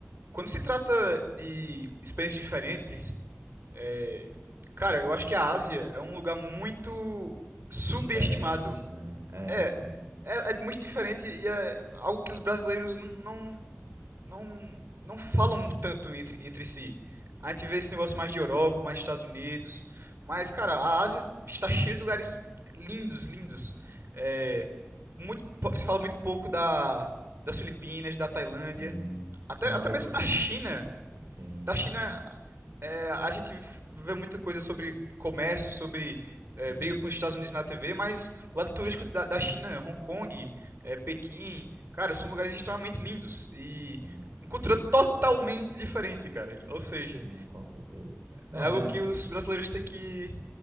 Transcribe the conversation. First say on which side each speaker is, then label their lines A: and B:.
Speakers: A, on the right; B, on the right.
A: Quando se trata de experiências diferentes, é, cara, eu acho que a Ásia é um lugar muito subestimado.
B: Diferente, né? É,
A: É,
B: sim,
A: é, é muito diferente e é algo que os brasileiros não, não, não, não falam tanto entre, entre si. A gente vê esse negócio mais de Europa, mais Estados Unidos. Mas, cara, a Ásia está cheia de lugares lindos, lindos. É, muito, po- se fala muito pouco da, das Filipinas, da Tailândia,
B: sim.
A: até,
B: Não,
A: até
B: mas
A: mesmo da China.
B: sim,
A: Da
B: sim.
A: China, é, a gente vê muita coisa sobre comércio, sobre é,
B: Uhum,
A: briga com os Estados Unidos na TV, mas o lado turístico da, da China, Hong Kong, é, Pequim, cara, são lugares extremamente lindos e
B: sim, sim.
A: uma cultura totalmente diferente, cara. Ou seja,
B: Não, com certeza. Não,
A: é algo
B: é,
A: que os brasileiros têm que